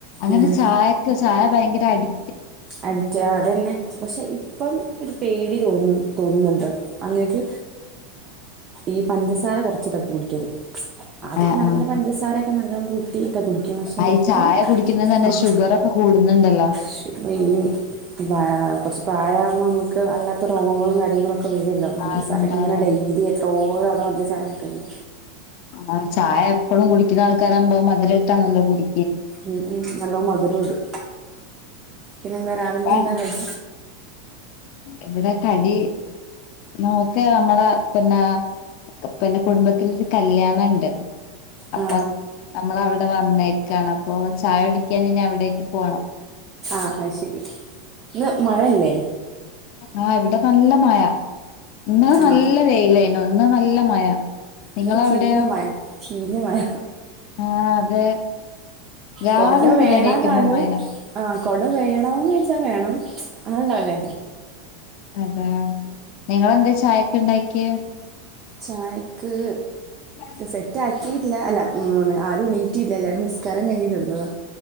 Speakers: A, on the left; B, on the right.
A: അങ്ങനെ
B: ഉം
A: ചായക്ക് ചായ ഭയങ്കര അടി
B: അഡിക്റ്റ അതന്നെ പക്ഷെ ഇപ്പം ഒരു പേടി തോന്നുന്നു തോന്നണ്ട് അങ്ങക്ക് ഈ പഞ്ചസാര കുറച്ചിട്ട പടിക്കിയത് ആദ്യ
A: ആ
B: നല്ല
A: ആ
B: പഞ്ചസാരൊക്കെ നല്ല ക്കെ കുടിക്കും പക്ഷെ
A: ആ
B: ഇപ്പം
A: ഈ ചായ കുടിക്കുന്നത് തന്നെ
B: ആ
A: ഷുഗറൊക്കെ കൂടുന്നുണ്ടല്ലോ
B: ശ ഈ കുറച്ചച്ച് പ്രായമാകുമ്പോ നമുക്ക് അല്ലാത്ത രോഗങ്ങളും കാര്യങ്ങളും പഞ്ചസാര
A: ആ ഉണ്ടാവും
B: ഇങ്ങനെ ഡെയിലി എത്രോ തവണ പഞ്ചസാര കട്ടന്ന്
A: ആ ചായ എപ്പഴും കുടിക്കുന്ന ആൾക്കാരാവകുമ്പോ മധുരമായിട്ടാ നല്ലോ കുടി
B: ഉം ഉം നല്ലോ മധുരം ഇട പിന്നെ എന്താ രാവില
A: അപ്പ
B: എന്താ കഴി
A: ഇവിടെ കടി നോക്ക് നമ്മ പിന്നെ പിന്നെ കുടുംബത്തിരു കല്യാണം ഉണ്ട് അപ്പൊ
B: ആ
A: നമ്മളവി അവിടെ വന്നേക്കാണ് അപ്പൊ ചായ ഒടിക്കാൻ ഇനി അവിടേക്ക് പോണം
B: ആഹ ശരി ഇന്ന് മഴയല്ലേ
A: ആഹ ഇവിടെ നല്ല മഴ ഇന്നെ
B: ആ
A: നല്ല വേയിലായിരുന്നു അ നല്ല മഴ നിങ്ങളവിടെയോ
B: ഇവിടെ ചീഞ്ഞ മഴ ചീഞ്ഞ മഴ
A: ആ അതെ രാവിലെ
B: കൊട
A: തന്നെ
B: വേണ
A: എണീക്കുമ്പോ
B: താനും
A: മഴ
B: ആ കൊട വേണന്ന് ചോച്ച വേണം അങ്ങനെണ്ടാവല്ലേ
A: അതാ നിങ്ങെന്താ ചായൊക്കെ ഉണ്ടക്ക്ിയ
B: ചായക്ക്
A: ആ
B: സെറ്റ് ആക്കിയിട്ടല്ല അല്ല ആരും എണീറ്റിയില്ല എല്ലാരും നിസ്കാരം കഴിഞ് കിടന്നതാ